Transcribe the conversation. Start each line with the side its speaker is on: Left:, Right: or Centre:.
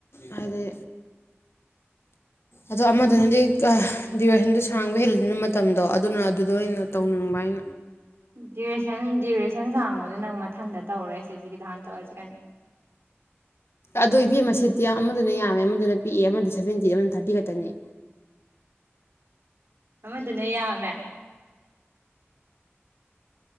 Left: ꯍꯥꯏꯗꯤ ꯑꯗꯣ ꯑꯃꯗꯨꯅꯗꯤ ꯗ꯭ꯌꯨꯔꯦꯁꯟꯗꯨ ꯁꯥꯡꯕ ꯍꯦꯜꯂꯤꯗꯨꯅ ꯃꯇꯝꯗꯣ ꯑꯗꯨꯅ ꯑꯗꯨꯗꯣ ꯑꯩꯅ ꯇꯧꯅꯤꯡꯕ ꯍꯥꯏ
Right: ꯗꯨꯔꯦꯁꯟ ꯗ꯭ꯌꯨꯔꯦꯁꯟ ꯁꯥꯡꯕꯗꯣ ꯅꯪ ꯃꯊꯪꯗ ꯇꯧꯔꯣ <unintelligible> ꯒꯤꯙꯥꯟ ꯇꯋꯥꯔꯁꯤ ꯀꯥꯏꯅ
Left: ꯑꯗꯨꯣ ꯏꯕꯦꯝ ꯑꯃ ꯁꯤꯠꯇꯤ ꯑꯃꯗꯨꯅ ꯌꯥꯝꯃꯦ ꯑꯃꯗꯨꯅ ꯄꯤꯛꯑ ꯑꯃꯗꯨꯅ ꯁꯚꯦꯟꯇꯤ ꯑꯃꯅ ꯊꯥꯔꯇꯤ ꯇꯅꯤ
Right: ꯑꯃꯗꯨꯅ ꯌꯥꯝꯃꯦ